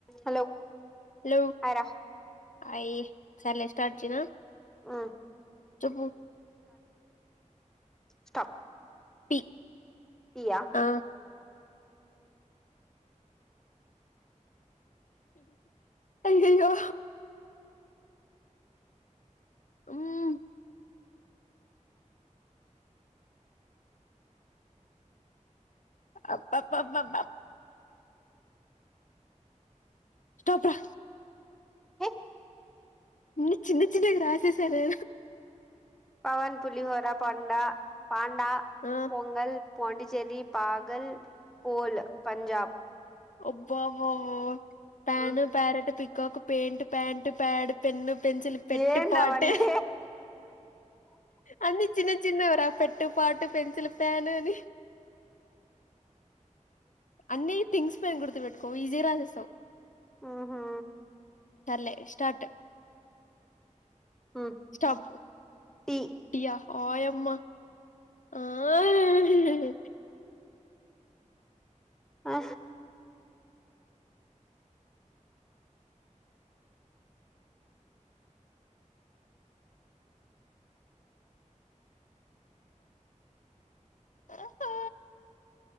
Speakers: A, in the centre; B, on the left (about 75°).
A: Hello
B: hello
A: hi రా
B: అ ఇ సర్లే స్టార్ట్ చేయనా
A: మ్మ్
B: చెప్పు
A: స్టప్
B: పి
A: పియా
B: ఆ అయ్యయ్యో ఉమ్ అబ్బబ్బబాబ స్టాప్ రా
A: హే
B: ఇ చిన్న చిన్నగా రాసేసారే
A: పవన్ పులిహోరా పాండా పాండా
B: ఆ
A: పొంగల్ పోండి చేరి పాగల్ పోల్ పంజాబ్
B: అబ్బా వ వ టాన్
A: మ్మ్
B: parrot peacock paint pant pad pen pencil పెట్టి
A: ఏందవన్నీ
B: పాట్ అన్ని చిన్న చిన్నవి రా పెట్టు పాట్ పెన్సిల్ పాన్ అని అన్ని థింగ్స్ పైన గుర్తు పెట్టుకో ఈజీగా రాసేస్తావు
A: ఆహా
B: సరేలే స్టార్ట్
A: మ్మ్
B: స్టాప్
A: టీ
B: టియ ఆయమ్మా ఆ హ
A: ఆ
B: ఎ